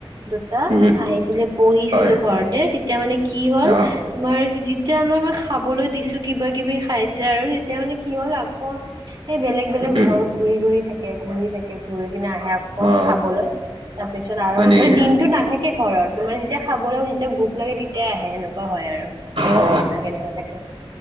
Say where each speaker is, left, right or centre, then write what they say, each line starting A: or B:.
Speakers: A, on the right; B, on the right.
A: দুটা
B: উম
A: আহিছিলে পূহিছিলো
B: হয়
A: ঘৰতে। তেতিয়া মানে কি হ'ল
B: অহ
A: তোমাৰ যেতিয়ালৈ মই খাবলৈ দিছো কিবা কিবি খাইছে আৰু তেতিয়া মানে কি হ'ল আকৌ, এই বেলেগ বেলেগ
B: উম
A: ঘৰত ঘূৰি ঘুৰি থাকে, ঘূৰি থাকে ঘূৰি কিনে আহে আকৌ
B: অ
A: খাবলৈ। তাৰপিছত আৰু
B: হয় নেকি
A: মানে দিনতো নাথাকে। ঘৰত তোমাৰ যেতিয়া খাবলৈ যেতিয়া ভোক লাগে তেতিয়াই আহে সেনেকুৱা হয় আৰু। মেকুৰী
B: অ
A: বিলাক এনেকুৱা থাকে।